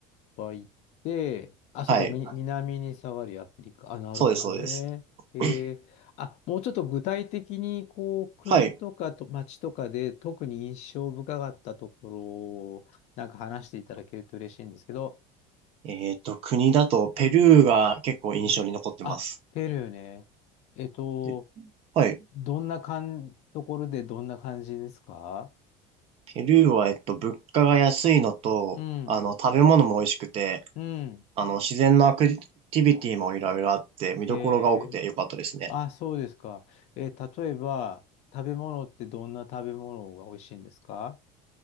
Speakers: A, on the left (about 45°); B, on the right (about 40°).
A: ッパ行って、あ、そうか、
B: はい。
A: み南に下がりアフリカ。あ、なるほどね。
B: そうです、そうです。
A: えー、
B: <clears throat>
A: あ、もうちょっと具体的に、こう、国とかと街とかで特に印象深かったところを、
B: はい。
A: なんか話していただけると嬉しいんですけど、
B: えっと、国だとペルーが結構印象に残ってます。
A: うん。あ、ペルーね。えっと、
B: ではい。
A: どんなかん、ところでどんな感じですか
B: ペルーは、えっと、物価が安いのと、
A: うん。
B: あの、食べ物も美味しくて、
A: うん。
B: あの、自然のアクティビティもいろいろあって、見どころが多くてよかったですね。
A: えー、あ、そうですか。えー例えば、食べ物ってどんな食べ物が美味しいんですか